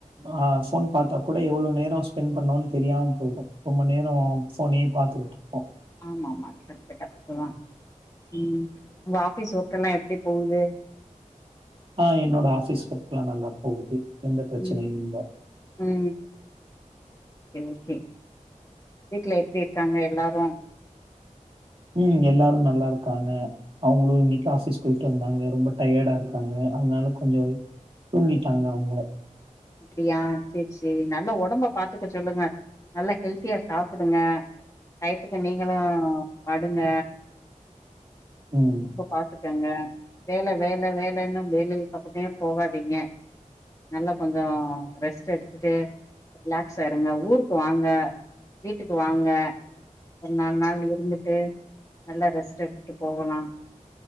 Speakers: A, on the right; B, on the left.
A: ஆ போன் பாத்தா கூட எவ்ளோ நேரோ ஸ்பெண்ட் பண்ணோம்னு தெரியாம போயிடு ரொம்ப நேரோ போனே பாத்தகிட்டு இருப்போ
B: ஆமா ஆமா கரெட்டு கரெட்டுதா உம் உங்க ஆபீஸ் ஒர்க் எல்லா எப்டி போகுது
A: ஆ என்னோட ஆபிஸ் ஒர்க் எல்லா நல்லா போகுது எந்த பிரச்சனையு
B: ம்
A: இல்ல
B: ம் ஓகே ஓகே வீட்டுல எப்டி இருக்காங்க எல்லாரு
A: உம் எல்லாரு நல்லா இருக்காங்க அவுங்களு இன்னைக்கு ஆபீஸ் போயிட்டு வந்தாங்க ரொம்ப டயர்டா இருக்காங்க அதனால கொஞ்சோ தூங்கிட்டாங்க அவுங்க
B: அப்டியா செரி செரி நல்ல ஒடம்ப பாத்துக்க சொல்லுங்க நல்லா ஹெல்த்தியா சாப்புடுங்க டயத்துக்கு நீங்களு படுங்க
A: ம்.
B: ரொம்ப பாத்துட் க்கங்க வேல வேல வேலன்னும்ண வேலைய பாத்துட்டே போவாதீங்க நல்ல கொஞ்சோ ரெஸ்ட் எடுத்துட்டு ரிலாக்ஸா இருங்க ஊருக்கு வாங்க வீட்டுக்கு வாங்க ஒரு நாலு நாள் இருந்துட்டு நல்லா ரெஸ்ட் எடுத்துட்டு போகலா